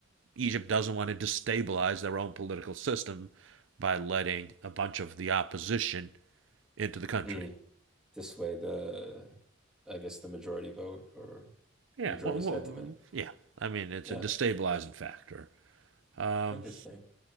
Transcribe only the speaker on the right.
Egypt doesn't want to destabilize their own political system by letting a bunch of the opposition into the country.
Yeah,
well, well
yeah. I mean, it's
a destabilizing factor. Um,